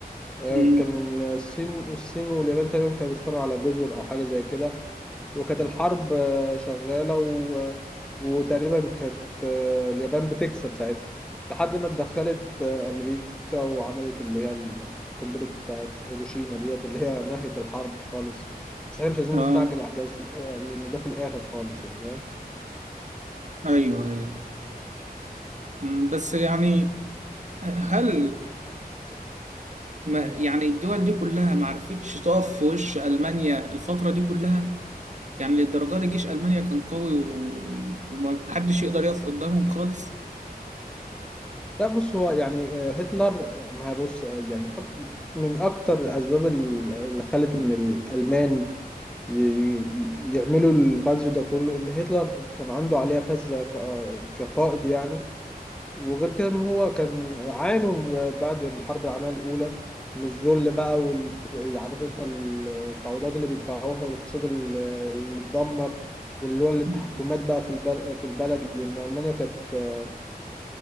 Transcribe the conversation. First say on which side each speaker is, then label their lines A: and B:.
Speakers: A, in the centre; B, on the right (about 50°).
A: آه،
B: مم.
A: كان الصين الصين واليابان تقريبا كانوا بيتخانقوا على جزر او حاجه زي كده وكانت الحرب آه، شغاله و... آه، وتقريبا كانت آه، اليابان بتكسب ساعتها لحد ما اتدخلت آه، امريكا وعملت اللي هي القنبله بتاعت هيروشيما ديت اللي هي نهت الحرب خالص بس احنا مش عايزين
B: آه
A: نستعجل احجاز آه، لان ده في الاخر خالص يعني
B: أيوه أيوه مم، بس يعني هل ما
A: فاهم
B: يعني الدول دي كلها ما عرفتش تقف في وش ألمانيا الفترة دي كلها؟ يعني للدرجة دي جيش ألمانيا كان قوي و... وما حدش يقدر يقف قدامهم خالص؟
A: لا بص هو يعني آه، هتلر ما هي بص آه، يعني أك- من أكتر الأسباب ال- اللي خلت إن الألمان ي- ي- يعملوا الغزو ده كله إن هتلر كان عنده عليها فذة ك- آه، كقائد يعني وغير كده إن هو كان عانوا بعد الحرب العالمية الأولى من الذل بقى وال عارف أنت التعويضات اللي بيدفعوها والاقتصاد ال- اللي اتدمر واللي هو التحكمات
B: مم.
A: بقى في البل- في البلد لأن ألمانيا كانت آه،